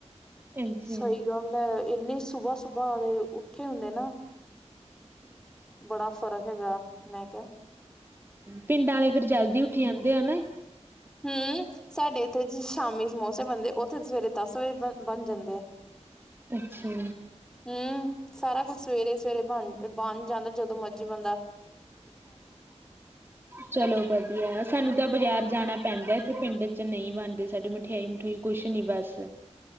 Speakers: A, on the right; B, in the centre.
A: ਅੱਛਾ
B: ਸਹੀ ਗੱਲ ਹੈ ਇੰਨੀ ਸੁਬਾਹ ਸੁਬਾਹ ਉਹਦੇ ਉੱਠੇ ਹੁੰਦੇ ਨਾ ਬੜਾ ਫ਼ਰਕ ਹੈਗਾ। ਮੈਂ ਕਿਹਾ
A: ਪਿੰਡਾਂ ਵਾਲੇ ਫਰ ਜਲਦੀ ਉੱਠੀ ਜਾਂਦੇ। ਦੇ ਨਾ।
B: ਹਮ ਸਾਡੇ ਇੱਥੇ ਜੀ ਸ਼ਾਮੀ ਮੌਸਮ ਬੰਦੇ ਉੱਥੇ ਸਵੇਰੇ ਦਸ ਵਜੇ ਬ ਬਣ ਜਾਂਦੇ ਆ।
A: ਅੱਛਾ।
B: ਹੂੰ, ਸਾਰਾ ਕੁੱਝ ਸਵੇਰੇ -ਸਵੇਰੇ, ਬਣ- ਬਣ ਜਾਂਦਾ ਜਦੋਂ ਮਰਜ਼ੀ ਬਦਾ
A: ਚਲੋ ਵਧੀਆ ਸਾਨੂੰ ਤਾਂ ਬਾਜ਼ਾਰ ਜਾਣਾ ਪੈਂਦਾ ਇੱਥੇ ਪਿੰਡ ਚ ਨਹੀਂ ਬਣਦੇ ਸਾਡੀੇ ਮਠਿਆਈ, ਮਠਈ ਕੁਛ ਨੀ ਬਸ